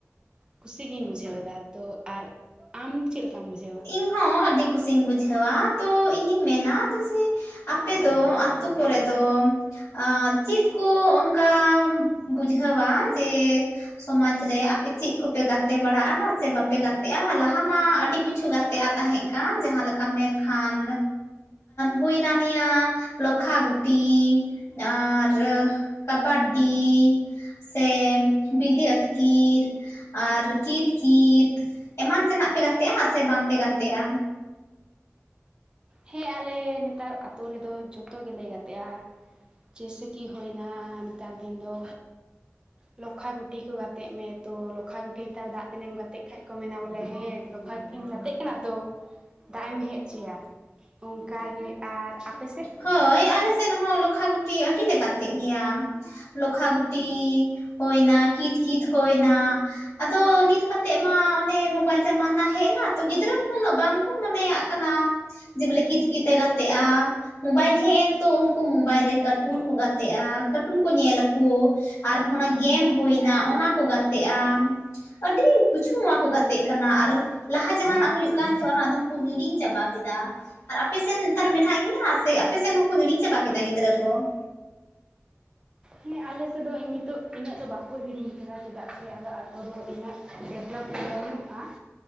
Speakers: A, on the right; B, on the left.
A: ᱠᱩᱥᱤᱜᱤᱧ ᱵᱩᱡᱷᱟᱹᱣ ᱮᱫᱟ᱾ ᱛᱚ ᱟᱨ ᱟᱢ ᱪᱮᱫ ᱞᱮᱠᱟᱢ ᱵᱩᱡᱷᱟᱹᱣᱟ?
B: ᱤᱧ ᱦᱚᱸᱚᱸ ᱟᱹᱰᱤ ᱠᱩᱥᱤᱧ ᱵᱩᱡᱷᱟᱹᱣᱟ, ᱛᱚ ᱤᱧᱤᱧ ᱢᱮᱱᱟ ᱡᱮᱥᱮ ᱟᱯᱮ ᱫᱚ ᱟᱹᱛᱩ ᱠᱚᱨᱮ ᱫᱚ ᱟᱹᱻ ᱪᱮᱫ ᱠᱚ ᱚᱱᱠᱟ ᱵᱩᱡᱷᱟᱹᱣᱟ ᱡᱮ ᱥᱚᱢᱟᱡ ᱨᱮ ᱟᱯᱮ ᱪᱮᱫ ᱠᱚᱯᱮ ᱜᱟᱛᱮ ᱵᱟᱲᱟᱜᱼᱟ ᱥᱮ ᱵᱟᱯᱮ ᱜᱟᱛᱮᱜᱼᱟ ᱞᱟᱦᱟ ᱢᱟ ᱟᱹᱰᱤ ᱠᱤᱪᱷᱩ ᱜᱟᱛᱮ ᱛᱮᱭᱟᱜ ᱛᱟᱦᱮᱸ ᱠᱟᱱ ᱡᱟᱦᱟᱸᱮ ᱞᱮᱠᱟᱢ ᱢᱮᱱᱠᱷᱟᱱ ᱦᱩᱭᱱᱟ ᱱᱤᱭᱟᱹ ᱞᱚᱠᱷᱟ ᱜᱩᱴᱤ ᱟᱨᱻ ᱠᱟᱵᱟᱰᱤ ᱥᱮᱻ ᱵᱤᱞᱤ ᱟᱹᱛᱠᱤᱨ ᱟᱨ ᱠᱤᱛ ᱠᱤᱛ, ᱮᱢᱟᱱ ᱛᱮᱱᱟᱜ ᱯᱮ ᱜᱟᱛᱮᱜᱼᱟ ᱥᱮ ᱵᱟᱝᱯᱮ ᱜᱟᱛᱮᱜᱼᱟ
A: ᱦᱮᱸ ᱟᱞᱮ ᱱᱮᱛᱟᱨ ᱟᱛᱳ ᱨᱮᱫᱚ ᱡᱚᱛᱚ ᱜᱮᱞᱮ ᱜᱟᱛᱮᱜᱼᱟ ᱡᱮᱭᱥᱮ ᱠᱤ ᱦᱩᱭᱱᱟ ᱱᱮᱛᱟᱨ ᱫᱤᱱ ᱫᱚ ᱞᱚᱠᱷᱟ ᱜᱩᱴᱤ ᱠᱚ ᱜᱟᱛᱮᱜ ᱢᱮ ᱛᱚ ᱞᱚᱠᱷᱟ ᱜᱩᱴᱤ ᱱᱮᱛᱟᱨ ᱫᱟᱜ ᱫᱤᱱᱮᱢ ᱜᱟᱛᱮᱜ ᱠᱷᱟᱡ ᱠᱚ ᱢᱮᱱᱟ ᱵᱚᱞᱮ ᱦᱮᱸ ᱠᱷᱴᱷᱟᱛ ᱠᱤᱱ ᱜᱟᱛᱮᱜ ᱠᱟᱱᱟ ᱛᱚ, ᱫᱟᱜ ᱮᱢ ᱦᱮᱡ ᱚᱪᱚᱭᱟ ᱚᱱᱠᱟ ᱜᱮ ᱟᱨ ᱥᱮᱫ
B: ᱦᱳᱭ ᱟᱞᱮ ᱥᱮᱫ ᱦᱚᱸ ᱞᱚᱠᱷᱟ ᱜᱩᱚᱴᱤ, ᱟᱹᱰᱤᱞᱮ ᱜᱟᱛᱮᱜ ᱜᱮᱭᱟ ᱞᱚᱠᱷᱟ ᱜᱩᱴᱤ ᱦᱩᱭᱱᱟ, ᱠᱤᱛ ᱠᱤᱛ ᱦᱩᱭᱱᱟ ᱟᱫᱚ ᱱᱤᱛ ᱠᱟᱛᱮ ᱢᱟ ᱚᱱᱮ, ᱢᱳᱵᱟᱭᱤᱞ ᱛᱮ ᱢᱟᱱᱟ ᱦᱮᱡ ᱮᱱᱟ ᱛᱚ ᱜᱤᱫᱽᱨᱟᱹ ᱠᱚᱦᱚᱸ ᱩᱱᱟᱹᱜ ᱵᱟᱝ ᱠᱚ ᱢᱚᱱᱮᱭᱟᱜ ᱠᱟᱱᱟ ᱡᱮ ᱵᱚᱞᱮ, ᱠᱤᱛ ᱠᱤᱛ ᱮ ᱜᱟᱛᱮᱜᱼᱟ ᱢᱳᱵᱟᱭᱤᱞ ᱦᱮᱡ ᱮᱱ ᱛᱚ, ᱩᱱᱠᱩ ᱢᱳᱵᱟᱭᱤᱞ ᱨᱮ ᱠᱟᱨᱴᱩᱱ ᱠᱚ ᱜᱟᱛᱮᱜᱼᱟ, ᱠᱟᱨᱴᱩᱱ ᱠᱚ ᱧᱮᱞ ᱟᱠᱚ ᱟᱨᱦᱚᱸ ᱚᱱᱟ ᱜᱮᱢ ᱦᱩᱭᱱᱟ, ᱚᱱᱟ ᱠᱚ ᱜᱟᱛᱮᱜᱼᱟ ᱟᱹᱰᱤ ᱠᱤᱪᱷᱩ, ᱱᱚᱣᱟ ᱠᱚ ᱜᱟᱛᱮᱜ ᱠᱟᱱᱟ ᱟᱨ ᱞᱟᱦᱟ ᱡᱟᱦᱟᱸᱟᱱᱟᱜ ᱦᱩᱭᱩᱜ ᱠᱟᱱ ᱛᱟᱦᱮᱸᱟᱦᱮ ᱟᱫᱚᱢ ᱠᱚ ᱦᱤᱲᱤᱧ ᱪᱟᱵᱟ ᱠᱮᱫᱟ ᱟᱨ ᱟᱯᱮᱥᱮᱫ ᱱᱮᱛᱟᱨ ᱢᱮᱱᱟᱜ ᱜᱮᱭᱟ ᱟᱯᱮᱥᱱ ᱦᱚᱸᱠᱩ ᱦᱤᱲᱤᱧ ᱪᱟᱵᱟ ᱠᱮᱫᱟ ᱜᱤᱫᱽᱨᱟᱹ ᱠᱚ
A: ᱦᱮᱸ ᱟᱞᱮᱥᱮᱫ ᱫᱚ ᱱᱤᱛᱚᱜ ᱤᱱᱟᱹᱜ ᱫᱚ ᱵᱟᱠᱚ ᱦᱤᱲᱤᱧ ᱟᱠᱟᱫᱟ ᱪᱮᱫᱟᱜ ᱥᱮ ᱟᱫᱚ ᱟᱛᱳ ᱫᱚ ᱤᱱᱟᱹᱜ ᱰᱮᱵᱷᱞᱚᱯ ᱵᱟᱹᱱᱩᱜᱼᱟ